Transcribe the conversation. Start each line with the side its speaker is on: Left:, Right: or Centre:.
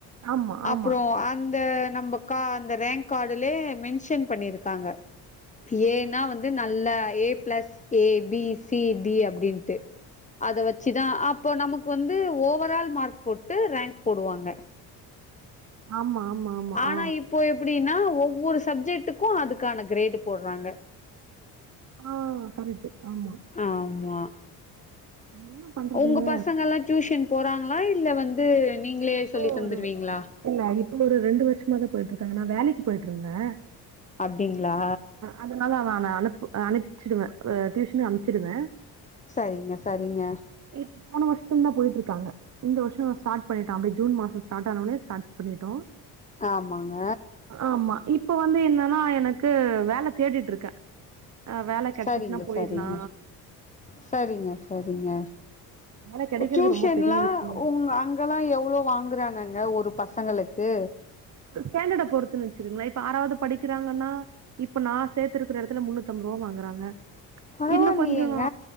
Right: ஆமா ஆமா
Left: அப்புறோ அந்த நம்ம அந்த ரேங்க் கார்டுலயே மென்ஷன் பண்ணிருக்காங்க ஏனா வந்து நல்ல A plus A B C D அப்டின்ட்டு அத வச்சுதா அப்ப நமக்கு வந்து ஓவர் ஆல் மார்க் போட்டு ரேங்க் போடுவாங்க
Right: ஆமா ஆமா
Left: ஆனா
Right: ஆ
Left: இப்போ எப்டின்னா ஒவ்வொரு சப்ஜெக்டுக்கு அதுக்கான கிரேடு போடுறாங்க
Right: ஆ கரெக்டு ஆமா
Left: ஆமா
Right: என்ன பண்றதுங்க
Left: உங்க பசங்கெல்லா டியூஷன் போறாங்ளா இல்ல வந்து நீங்களே
Right: இப்போ
Left: சொல்லி தந்துருவீங்ளா
Right: இல்ல இப்ப ஒரு ரெண்டு வருஷமா தான் போயிட்டு இருக்காங்க நா வேலைக்கு போயிட்டுருந்தே
Left: அப்டிங்ளா
Right: அதுனால அவ அனுப் அனுப்ச்சிடுவே ஆ டியூஷன் அம்ச்சிடுவ
Left: சரிங்க சரிங்க
Right: இப் போன வருஷத்துல தான் போயிட்டு இருக்காங்க இந்த வருஷோ ஸ்டார்ட் பண்ணிட்டோ அப்டியே ஜூன் மாசம் ஸ்டாட் ஆனோனே ஸ்டாட் பண்ணிட்டோ
Left: ஆமாங்க
Right: ஆமா இப்போ வந்து என்னன்னா எனக்கு வேல தேடிட்டு இருக்கே ஆ வேல கெடைச்சிச்சுன்னா
Left: சரிங்க
Right: போயிற்லா
Left: சரிங்க சரிங்க சரிங்க
Right: வேல கெடைக்கிறது
Left: டியூஷன்ல்லா
Right: ரொம்ப பெரிய விஷயமா இருக்கு
Left: உங்க அங் இதலா எவ்ளோ வாங்குறாங்கங்க ஒரு பசங்களுக்கு
Right: ஸாண்டர்ட பொறுத்து வேச்சிருங்களே இப்ப ஆறாவது படிக்கிறாங்கன்னா இப்ப நா சேத்திருக்கிற எடத்துல முன்னூத்துஅம்பற ரூபா வாங்குறாங்க
Left: பரவாயில்லையேங்க
Right: இன்னு கொஞ்சோ